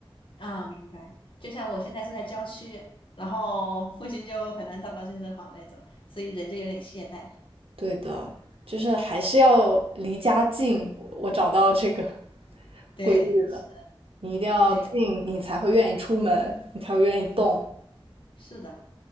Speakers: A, on the left (about 60°); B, on the right (about 75°).
A: 啊，明白。就像我现在住在郊区，然后附近就很难找到健身房那种，所以人就有点懈怠。
B: 对的，就是还是要离家近。我我找到这个 <laughs>
A: 对，
B: 规律了，
A: 是
B: 你一定要近，
A: 对，
B: 你才会愿意出门，你才会愿意动。
A: 嗯是的。